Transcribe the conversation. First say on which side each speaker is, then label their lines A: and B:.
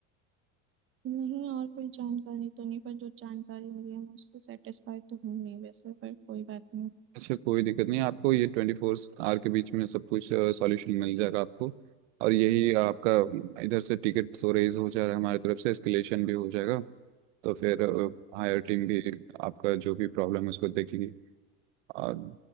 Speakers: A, on the right (about 35°); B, on the right (about 85°).
A: नहीं और कोई जानकारी तो नहीं पर जो जानकारी मिली है मैं उससे सेटिस्फाई तो हूँ नहीं वैसे पर कोई बात नहीं
B: अच्छा कोई दिक्कत नहीं आपको ये ट्वेंटी फोर आवर के बीच में सब कुछ सॉल्यूशन मिल जाएगा आपको और यही आपका इधर से टिकट तो रेज हो जा रहा है हमारी तरफ से एस्केलेशन भी हो जाएगा तो फिर हायर टीम भी आपका जो भी प्रॉब्लम है उसको देखेगी और